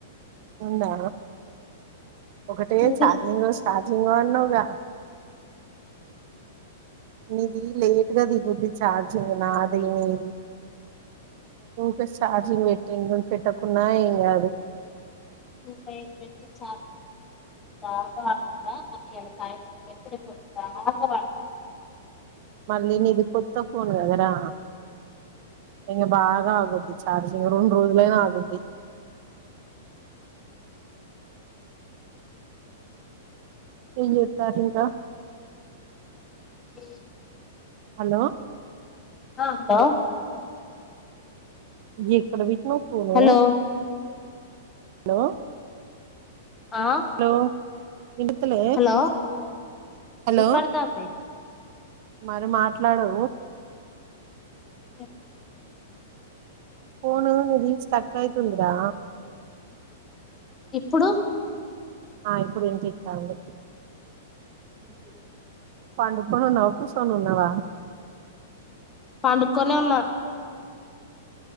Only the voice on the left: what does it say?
ఉంది
ము పెట్ ఎా ఆడుతుంటా మళీ ఎడ సాయంత పెట్తు ఆగా వాడుతుంది
ఈ
ఆ హలో
హలో
ఆ
హలో
వినపడతాంది
చెప్పు
ఇప్పుడు
అఓ
పండుగక్కనే ఉన్నా